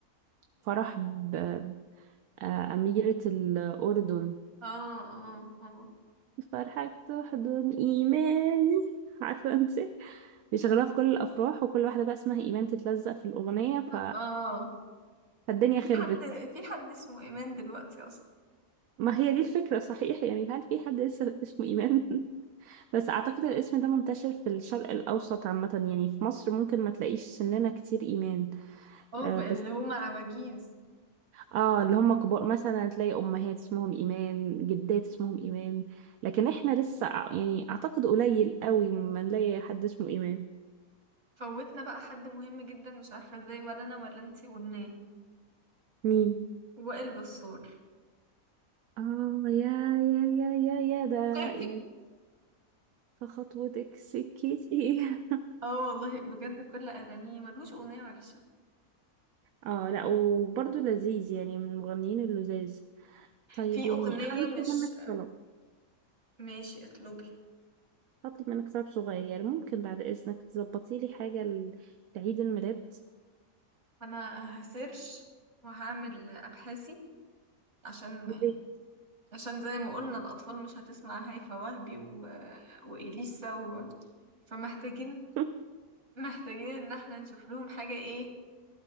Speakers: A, on the right (about 75°); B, on the right (about 50°).
A: فرح ب- آه، أميرة الأردن
B: اه اه اه
A: فرحك تحضن إيماني <laughs> عارفة أنت بيشغلوها في كل الأفراح وكل واحدة بقى اسمها إيمان تتلزق في الأغنية ف...
B: اه
A: فالدنيا خربت
B: في حد في حد اسمه ايمان دلوقتي اصلا
A: ما هي دي الفكرة صحيح يعني هل في حد لسه اسمه إيمان <laughs> بس أعتقد الاسم ده منتشر في الشرق الأوسط عامة يعني في مصر ممكن ما تلاقيش سننا كتير إيمان
B: اه
A: آه
B: بقى
A: بس
B: اللي هم عواجيز
A: آه اللي هم كبار مثلا تلاقي أمهات اسمهم إيمان جدات اسمهم إيمان لكن إحنا لسه أع- يعني أعتقد قليل قوي ما نلاقي حد اسمه إيمان
B: فوتنا بقى حد مهم جدا مش عارفه ازاي ولا انا ولا انتي قلناه
A: مين؟
B: وائل جسار
A: آه يا يا يا يا يا ده
B: <laughs>
A: يعني فخطوتك سكتي <laughs>
B: اه والله بجد كل اغانيه ملهوش اغنيه وحشه
A: اه لا وبرضه لذيذ يعني من المغنيين اللذاذ طيب
B: في
A: يعني
B: اغنيه
A: انا
B: مش
A: هطلب منك طلب
B: ماشي اطلبي
A: هطلب منك طلب صغير ممكن بعد اذنك تظبطي لي حاجه ل- لعيد الميلاد
B: انا هسيرش وهعمل ابحاثي عشان
A: يا ريت.
B: عشان زي ما قلنا الأطفال مش هتسمع هيفا وهبي و... وإليسا و... فمحتاجين
A: <laughs>
B: محتاجين إن احنا نشوف لهم حاجة إيه